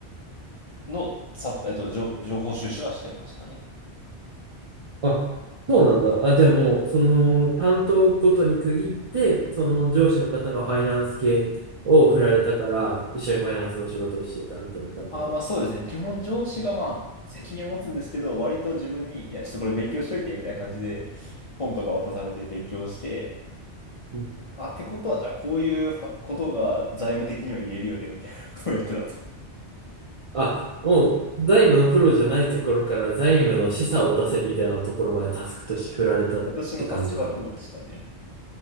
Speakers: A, on the left; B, on the right.
A: のさ、えっと、情情報収集はしてましたね。
B: あ、そうなんだ。あ、じゃあもう、その、担当ごとに区切って、その上司の方がファイナンス系を振られたから、一緒にファイナンスの仕事をしてたみたいな感じなのか。
A: あ、まあそうですね。基本上司がまあ責任を持つんですけど、割と自分に、いや、ちょっとこれ勉強しといて、みたいな感じで本とか渡されて勉強して、
B: うん
A: あ、ってことは、じゃあこういうファことが財務的には言えるよね、みたいなことをやってたと。
B: あ、もう、財務のプロじゃないところから財務の示唆を出せみたいなところまでタスクとして振られたって感じか。
A: 私のタスクはそうでしたね。